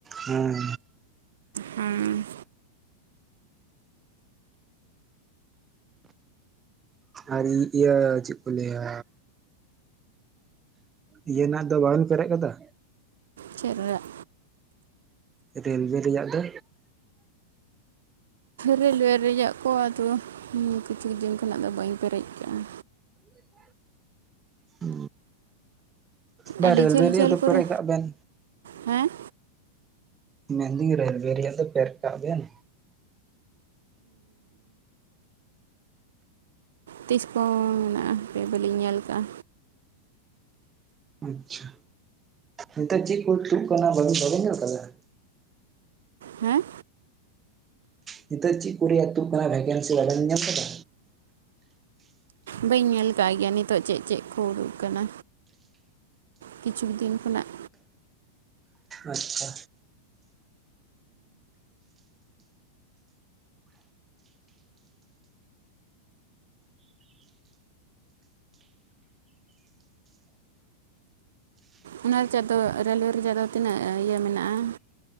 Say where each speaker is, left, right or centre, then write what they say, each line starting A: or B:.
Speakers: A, on the right; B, on the right.
A: ᱦᱮᱸ
B: ᱦᱮᱸ
A: ᱟᱨ ᱤᱭᱟᱹ ᱪᱮᱫ ᱠᱚ ᱞᱟᱹᱭᱟ ᱤᱭᱟᱹᱱᱟᱜ ᱫᱚ ᱵᱟᱵᱚᱱ ᱯᱮᱨᱮᱡ ᱠᱟᱫᱟ?
B: ᱪᱮᱫ ᱨᱮᱭᱟᱜ?
A: ᱨᱮᱹᱞᱳᱣᱮ ᱨᱮᱭᱟᱜ ᱫᱚ
B: ᱨᱮᱹᱞᱳᱭᱮ ᱨᱮᱭᱟᱜ ᱠᱚ ᱟᱫᱚ ᱠᱤᱪᱷᱩ ᱫᱤᱱ ᱠᱷᱚᱱᱟᱜ ᱫᱚ ᱵᱟᱹᱧ ᱯᱮᱨᱮᱡ ᱠᱟᱜᱼᱟ᱾
A: <unintelligible> ᱦᱩ! ᱵᱟ
B: ᱟᱹᱰᱤ
A: ᱨᱮᱞᱣᱮ
B: ᱡᱷᱟᱹᱞ
A: ᱨᱮᱭᱟᱜ
B: ᱡᱷᱟᱹᱞ
A: ᱫᱚ
B: ᱠᱚᱨᱮ
A: ᱯᱮᱨᱮᱡ ᱠᱟᱜ ᱵᱮᱱ?
B: ᱦᱮᱸ
A: ᱢᱮᱱᱫᱟᱹᱧ ᱨᱮᱹᱞᱣᱮ ᱨᱮᱭᱟᱜ ᱫᱚ ᱯᱮᱨᱮᱡ ᱠᱟᱜ ᱵᱮᱱ?
B: ᱛᱤᱥ ᱠᱚᱦ ᱢᱮᱱᱟᱜᱼᱟ? ᱵᱟᱹᱞᱤᱧ ᱧᱮᱞ ᱠᱟᱜᱼᱟ᱾
A: ᱟᱪᱪᱷᱟ ᱱᱮᱛᱟᱨ ᱪᱮᱫ ᱠᱚ ᱛᱩᱫ ᱟᱠᱟᱱᱟ ᱵᱟ ᱵᱟᱵᱮᱱ ᱧᱮᱞ ᱠᱟᱫᱟ?
B: ᱦᱮᱸ
A: ᱱᱤᱛᱚᱜ ᱪᱮᱫ ᱠᱚ ᱨᱮᱭᱟᱜ ᱛᱩᱜ ᱠᱟᱱᱟ ᱵᱷᱮᱠᱮᱱᱥᱤ ᱵᱟ ᱧᱟᱢ ᱠᱟᱫᱟ?
B: ᱵᱟᱹᱧ ᱧᱮᱞ ᱠᱟᱜ ᱜᱮᱭᱟ ᱱᱤᱛᱚᱜ ᱪᱮᱫ ᱪᱮᱫ ᱠᱚ ᱩᱰᱩᱠ ᱠᱟᱱᱟ᱾ ᱠᱤᱪᱷᱩ ᱫᱤᱱ ᱠᱷᱚᱱᱟᱜ
A: ᱟᱪᱪᱷᱟ
B: ᱚᱱᱟ ᱨᱮᱭᱟᱜ ᱫᱚ ᱨᱮᱹᱞᱳᱮ ᱨᱮᱭᱟᱜ ᱫᱚ ᱛᱤᱱᱟᱹᱜ ᱤᱭᱟᱹ ᱢᱮᱱᱟᱜᱼᱟ᱾